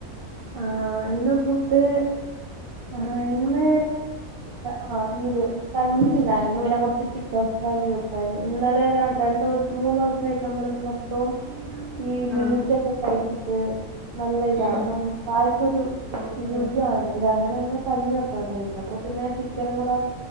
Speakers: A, on the right; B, on the right.
A: ആഹ് ഇന്ന് ഫുഡ് ആ ഇന്ന്. ആ ഇത് കഞ്ഞി ഇണ്ടായിരുന്നു പിന്നെ കൊറച്ച് ചിക്കൻ ഫ്രൈക്കായിരുന്നു ഇന്നലെ രണ്ടസം മൂന്ന് ദിവസായിട്ട് നമ്മൾ മൊത്തവും ഈ മീറ്റൊക്കെ
B: ആഹ്
A: കഴിച്ചിട്ട് നല്ല ഇതാ
B: ഉം
A: അപ്പം വായക്കൊരു
B: ഓഹ്
A: ഇത്
B: ഓഹ്
A: രുചിയാണില്ലേ കഞ്ഞി വെക്കാച്ച അപ്പൊ പിന്നെ ചിക്കനും കൂടെ